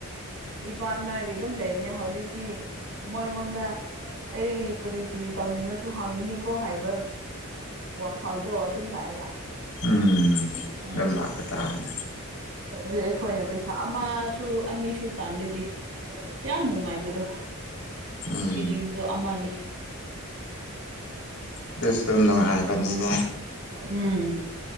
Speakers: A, on the right; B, on the left.
A: ꯏꯄꯥ ꯃꯌꯥꯒꯤ ꯑꯗꯨꯝ ꯂꯩꯕꯅꯤ ꯍꯧꯖꯤꯛꯇꯤ ꯃꯣꯏꯉꯣꯟꯗ ꯑꯩ ꯀꯔꯤ ꯀꯔꯤ ꯇꯧꯅꯤꯡꯅꯁꯨ ꯍꯪꯉꯤꯅꯤꯀꯣ ꯍꯥꯏꯕ ꯋꯥꯈꯜꯗꯣ ꯑꯗꯨꯝ ꯂꯥꯛꯑꯦꯕ
B: ꯎꯝ
A: ꯎꯝ
B: ꯑꯗꯨꯝ ꯂꯥꯛꯄ ꯇꯥꯔꯅꯦ
A: ꯑꯗꯨ ꯑꯩꯈꯣꯏꯅ ꯄꯩꯁꯥ ꯑꯃꯁꯨ ꯑꯅꯤ ꯁ ꯇꯥꯟꯗꯗꯤ ꯌꯥꯝ ꯅꯨꯡꯉꯥꯏꯕꯗꯣ
B: ꯎꯝ
A: ꯐꯤꯂꯤꯡꯁꯨ ꯑꯃꯅꯤ
B: ꯑꯗꯨꯁꯨ ꯅꯨꯡꯉꯥꯏꯕꯅꯤꯅꯦ
A: ꯎꯝ